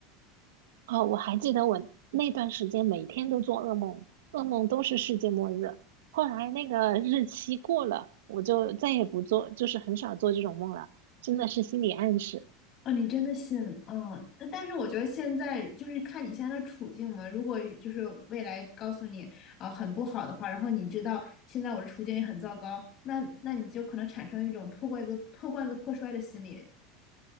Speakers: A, on the right; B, on the left.
A: 哦，我还记得我那段时间每天都做噩梦，噩梦都是世界末日。后来那个日期过了，我就再也不做，就是很少做这种梦了，真的是心理暗示。
B: 哦，你真的信哦，但但是我觉得现在就是看你现在的处境嘛。如果就是未来告诉你啊、呃很不好的话，然后你知道现在我的处境也很糟糕，那那你就可能产生一种破罐子破罐子破摔的心理。